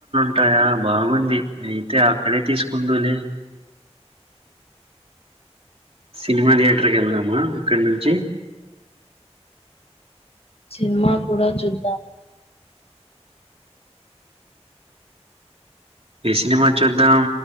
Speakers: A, on the right; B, on the left.
A: అంటాయా బాగుంది అయితే అక్కడే తీసుకుందులే సినిమా తథయేటర్కి వెళ్నామా అక్కడ నుంచి
B: సినిమా కూడా చూద్దాం
A: ఏ సినిమా చూద్దాం